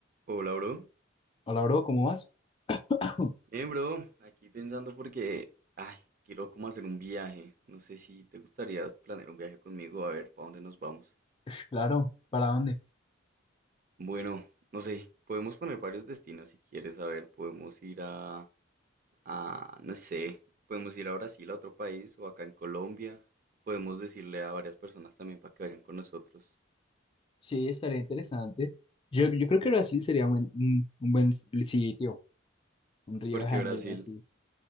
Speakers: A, on the right (about 45°); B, on the left (about 25°).
A: Hola, bro.
B: Hola, bro, ¿cómo vas? <coughs> <clears throat>
A: Bien, bro. Aquí pensando porque, ay, quiero como hacer un viaje. No sé si te gustaría planear un viaje conmigo, a ver, ¿para dónde nos vamos?
B: Ush, Claro, ¿para dónde?
A: Bueno, no sé, podemos poner varios destinos si quieres, a ver, podemos ir a, a, no sé, podemos ir a Brasil, a otro país, o acá en Colombia. Podemos decirle a varias personas también para que vayan con nosotros.
B: Sí, estaría interesante. Yo, yo creo que Brasil sería un, buen un- un buen sitio, un Río
A: Porque
B: de Janeiro
A: Brasil,
B: así.